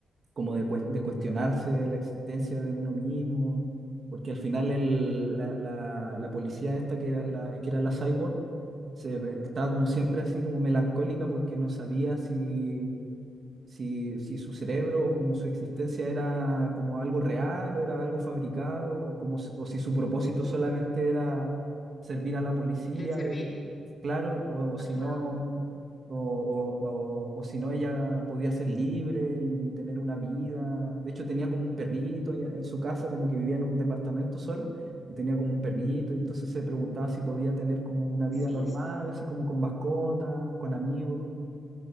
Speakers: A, on the right; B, on the left.
A: como de, cues- de cuestionarse la existencia de uno mismo, porque al final el, la, la, la policía esta que era la, que era la cyborg, se, ve- estaba como siempre así como melancólica porque no sabía si si, si su cerebro o como su existencia era como algo real o era algo fabricado o, como, s- o si su propósito solamente era servir a la policía,
B: El servir.
A: y, claro, o, o si
B: Ajá.
A: no, o, o- o- o si no ella podía ser libre y tener una vida. De hecho tenía como un perrito y en su casa, como que vivía en un departamento sola. Y tenía como un perrito, y entonces se preguntaba si podía tener como una vida
B: Sí,
A: normal, así como con mascotas, con amigos.